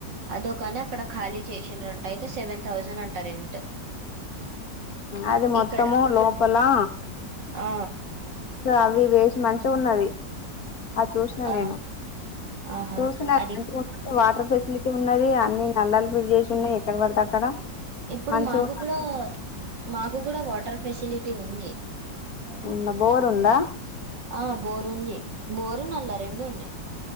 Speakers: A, on the right; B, on the left.
A: అదొ కానీ అక్కడ ఖాళీ చేసిన్రంట అయితే సెవెన్ థౌజండ్ అంట రెంట్
B: అది మొత్తమ
A: ఇక్కడ
B: లోపలా
A: ఆ
B: అవి వేసి మంచిగా ఉన్నది అ చూసిన
A: ఆ
B: నేను
A: ఆహా
B: చూసిన అక్కడ
A: అది
B: ఫెసిలిటీ ఉన్నది అన్ని నల్లలు ఫిట్ చేసి ఉన్నాయి ఎక్కడ పడతే అక్కడ
A: ఇప్పుడు
B: మంచిగా
A: మాకు కూడా మాకు కూడా వాటర్ ఫెసిలిటీ ఉంది
B: ఉ బోర్ ఉందా
A: ఆ బోరుంది బోరు నల్ల రెండు ఉన్నాయి